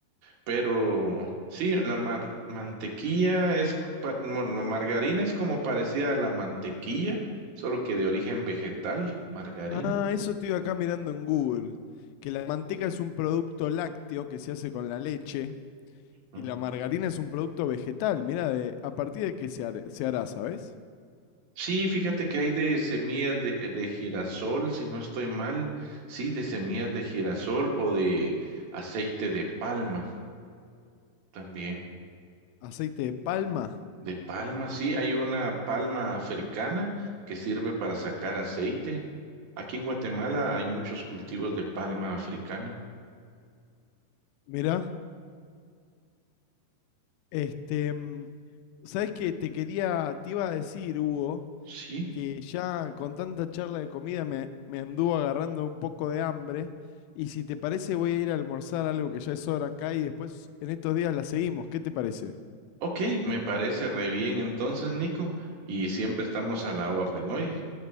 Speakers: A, on the right; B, on the left.
A: Pero sí, la mar- mantequilla es, co- pa- bueno, margarina es como parecida a la mantequilla, solo que de origen vegetal, margarina.
B: Ah, eso estoy acá mirando en Google, que la manteca es un producto lácteo que se hace con la leche.
A: Ujú.
B: Y la margarina es un producto vegetal. Mirá, de, ¿a partir de qué se, hará- se hará, sabes?
A: Sí, fíjate que hay de semillas de, eh, de girasol, si no estoy mal, sí, de semillas de girasol o de aceite de palma también.
B: Aceite de palma.
A: De palma, sí, hay una palma africana que sirve para sacar aceite. Aquí en Guatemala hay muchos cultivos de palma africana.
B: Mirá. Este, mm, ¿sabes qué? Te quería, te iba a decir, Hugo,
A: Sí,
B: que ya con tanta charla de comida me, me anduvo agarrando un poco de hambre. Y si te parece, voy a ir a almorzar algo que ya es hora acá y después en estos días la seguimos. ¿Qué te parece?
A: ok, me parece re bien entonces, Nico, y siempre estamos a la orden hoy.